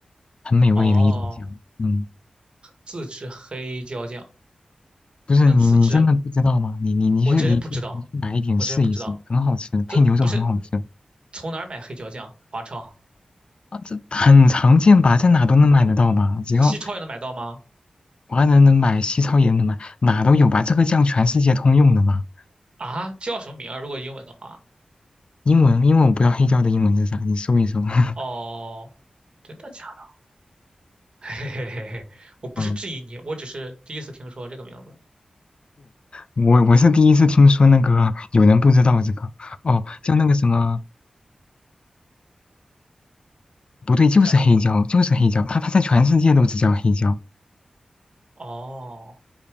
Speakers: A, on the left; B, on the right.
A: 很美味的一种酱。
B: 哦，
A: 嗯，
B: 自制黑椒酱
A: 不是你你真的不知道吗？
B: 还能自制，
A: 你你你去你去你去买一点试一试，
B: 我真不知道，我真不知道，
A: 很好吃，配牛肉很好吃
B: 这不是从哪儿买黑椒酱？华超、
A: 啊，这很常见吧，在哪都能买得到吧，只要
B: 西超也能买到吗？
A: 华人能买，西超也能买，哪都有吧，这个酱全世界通用的嘛。
B: 啊，叫什么名儿啊？如果英文的话，
A: 英文，因为我不知道黑椒的英文是啥，你搜一搜。<laughs>
B: 哦，真的假的？<laughs> 嘿嘿嘿嘿我不是质疑你，
A: 嗯，
B: 我只是第一次听说这个名字，
A: 我我是第一次听说那个有人不知道这个哦，像那个什么不对，就是黑椒，
B: 那叫什么？
A: 就是黑椒。它它在全世界都只叫黑椒。
B: 哦，